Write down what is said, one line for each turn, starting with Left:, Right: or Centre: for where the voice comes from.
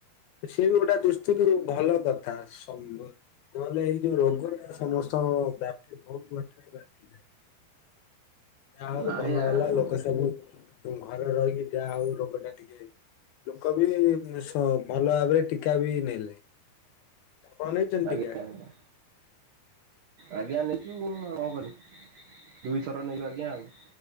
Left: ସିଏ ବି ଗୋଟେ ଦୁସ୍ତିରୁ ଭଲ କଥା ନହେଲେ ଏଇ ଯୋଉ ରୋଗର ସମସ୍ତ ବ୍ୟପ୍ ବହୁତ ମ ବପ ଯାହା ହଉ
Right: ନାଇଁ
Left: ଭଲ
Right: ଆଜ୍ଞା
Left: ହେଲା ଲୋକ ସବୁ ଘରେ ରହିକି ଯାହା ହଉ ରୋଗ ଟା ଟିକେ ଲୋକ ବି ସ-ଭଲ ଭାବରେ ଟୀକା ବି ନଲେ। ପଣନେଇଛନ୍ତି
Right: ଆଜ୍ଞା
Left: ଟିକା?
Right: ଆଜ୍ଞା ଆଜ୍ଞା ନେଇଛୁଉ କଣ କରିବି ଦୁଇଥର ନେଇଛୁ ଆଜ୍ଞା ଆଉ।